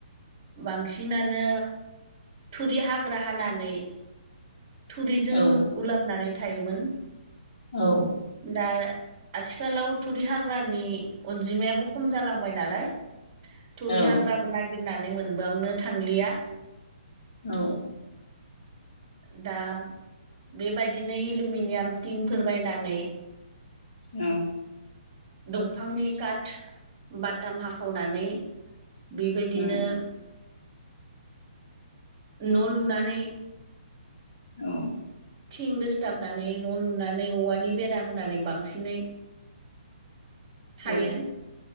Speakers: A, on the right; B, on the left.
A: बांसिनानो थुरि हाग्रा हानानै थुरिजों
B: औ
A: उलाबनानै थायोमोन।
B: औ
A: दा आथिखालाव थुरि हाग्रा नि अनजिमायाबो खम जालांबाय नालाय थुरि
B: औ
A: हाग्राबो होननानै मोनबांनो थांलिया।
B: औ
A: दा बेबायदिनो एलुमिनियाम टिंफोर बायनानै
B: ओं
A: दंफांनि काट बाटाम हाखावनानै बेबायदिनो
B: उम
A: न' लुनानै
B: औ
A: थिं दोसथाबनानै न' लुनानै औवानि बेरा होनानै बांसिनै थायो
B: औ